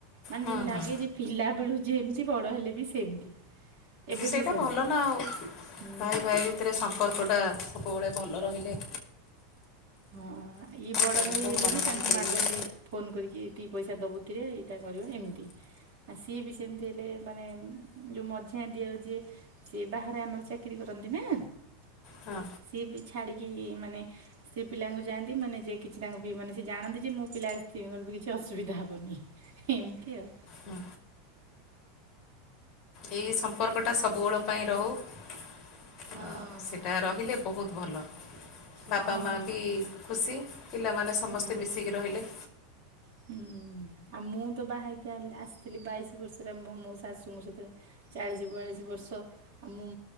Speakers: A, on the right; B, on the left.
A: ମାନେ
B: ହୁଁ
A: ଯେମିତି ଲାଗେ
B: ହୁଁ
A: ଯେ ପିଲା ବେଳୁ ଯେମିତି ବଡ ହେଲେ ବି ସେମିତି। ଏବେ
B: ସେଇଟା
A: ବି ସହ
B: ଭଲ ନା ଆଉ
A: ହୁଁ।
B: ଭାଇ ଭାଇ ଭି ତରେ ସମ୍ପର୍କଟା ସବୁବେଳେ ଭଲ ରହିଲେ
A: ହଁ ଇଏ ବଡ଼
B: ବୋହୂମାନଙ୍କ
A: ଭାଇ ହେଲେ ବି ତାଙ୍କୁ
B: ଭିତରେ
A: ମାଗନ୍ତି ଫୋନ୍ କରିକି ଏତିକି ପଇସା ଦବୁକିରେ ଏଇଟା କରିବ ଏମିତି ଆ ସିଏ ବି ସେମିତ ହେଲେ ମାନେ ଯୋଉ ମଝିଆ ଦିଅର ଯିଏ ସିଏ ବାହାରେ ଆମର ଚାକିରିୀ କରନ୍ତି ନା।
B: ହଁ।
A: ସିଏ ବି ଛାଡିକି ମାନେ ସେ ପିଲାଙ୍କୁ ଯାଆନ୍ତି ମାନେ ଜେ କିଛି ତାଙ୍କୁ ବି ମାନେ ସେ ଜାଣନ୍ତି ଯେ ମୋ ପିଲାଙ୍କର ବି କିଛି ଅସୁବିଧା ହବନି। ଏମତି ଆଉ।
B: ହୁଁ। ଏଇ ସମ୍ପର୍କଟା ସବୁବଳ ପାଇଁ ରହୁ ଅ
A: ହଁ।
B: ସେଟା ରହିଲେ ବହୁତ ଭଲ ବାପା
A: ହଁ
B: ମା
A: ହଁ
B: ବି ଖୁସି। ପିଲାମାନେ ସମସ୍ତେ
A: ହୁଁ
B: ମିଶିକି ରହିଲେ।
A: ହୁଁ ଆ ମୁଁ ତ ବାହାହେଇକି ଆଇଲି ଆସିଥିଲି ବାଇଶି ବର୍ଷରେ ମୁଁ ମୋ ଶାଶୁଙ୍କୁ ସେହିତ ଚାଳିଶ ବୟାଳିଶ ବର୍ଷ। ଆଉ ମୁଁ